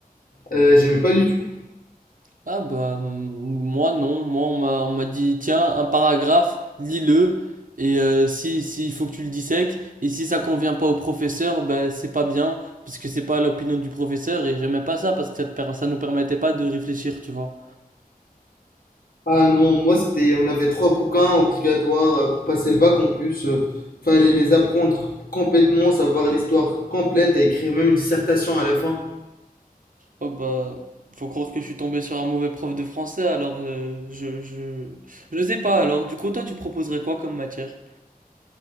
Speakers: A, on the left; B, on the right.
A: euh, j'aimais pas du tout.
B: ah bah, m- moi non, moi on m'a on m'a dit, tiens, un paragraphe, lis-le, et euh, si, si, il faut que tu le dissèques, et si ça convient pas au professeur, ben c'est pas bien, parce que c'est pas l'opinion du professeur, et j'aimais pas ça, parce que ça, te per- ça nous permettait pas de réfléchir, tu vois.
A: Ah non, moi, c'était, on avait trois bouquins obligatoires euh, pour passer le bac en plus. euh, fallait les apprendre complètement, savoir l'histoire complète et écrire même une dissertation à la fin.
B: Oh bah, faut croire que je suis tombé sur un mauvais prof de français, alors euh, je, je, je sais pas. Alors du coup, toi, tu proposerais quoi comme matière?